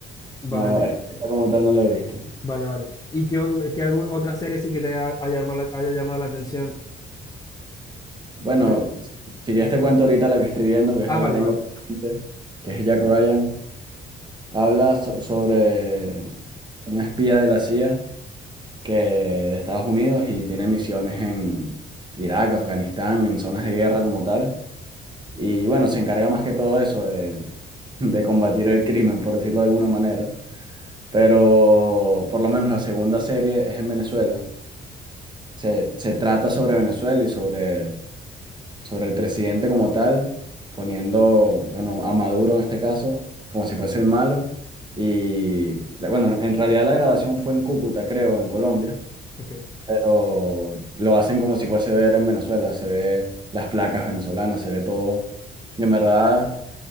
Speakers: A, on the left (about 20°); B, on the right (about 20°).
A: Vale,
B: no, esta como tal no la he visto.
A: vale, vale. ¿Y qué, o- qué algu- otra serie sí que te haya, haya llamado, la haya llamado la atención?
B: Bueno,
A: Vale.
B: si, si ya te cuento ahorita la que estoy viendo, que es
A: Ah,
B: la
A: vale,
B: que tengo
A: vale,
B: pendiente, que es Jack Ryan, habla so- sobre un espía de la CIA que de Estados Unidos y tiene misiones en Irak, Afganistán, en zonas de guerra como tal. Y bueno, se encarga más que todo eso de, de combatir el crimen, por decirlo de alguna manera. Pero por lo menos la segunda serie es en Venezuela se, se trata sobre Venezuela y sobre, sobre el presidente como tal, poniendo, bueno, a Maduro en este caso, como si fuese el malo. Y bueno, en realidad la grabación fue en Cúcuta, creo, en Colombia,
A: ok.
B: pero lo hacen como si fuese ver en Venezuela, se ve las placas venezolanas, se ve todo. Y en verdad